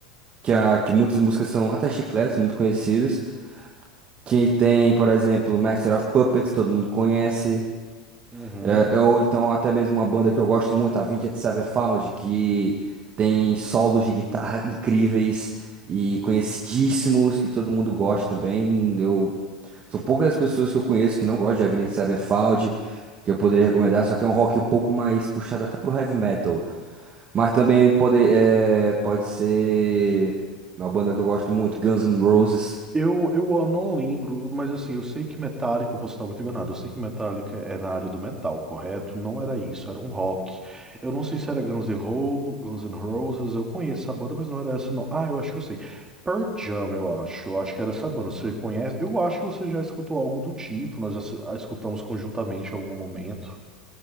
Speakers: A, on the right; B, on the right.
A: que, a, que muitas músicas são até chicletes, muito conhecidas. Que tem, por exemplo, Master of Puppets, todo mundo conhece.
B: Uhum,
A: É, ou então até mesmo uma banda que eu gosto muito, a Avenged Sevenfold, que tem solos de guitarra incríveis e conhecidíssimos, que todo
B: uhum.
A: mundo gosta também. Eu, são poucas as pessoas que eu conheço que não gostam de Avenged Sevenfold, que eu poderia recomendar, só que é um rock um pouco mais puxado até pro heavy metal. Mas também pode, é, pode ser uma banda que eu gosto muito, Guns N' Roses.
B: Eu, eu não lembro, mas assim, eu sei que Metallica, eu posso estar muito enganado, eu sei que Metallica é na área do metal, correto? Não era isso, era um rock. Eu não sei se era Guns N' Ro- Guns N' Roses, eu conheço a banda, mas não era essa não. Ah, eu acho que eu sei. Pearl Jam, eu acho, eu acho que era essa banda, você conhece? Eu acho que você já escutou algo do tipo, nós a a escutamos conjuntamente em algum momento.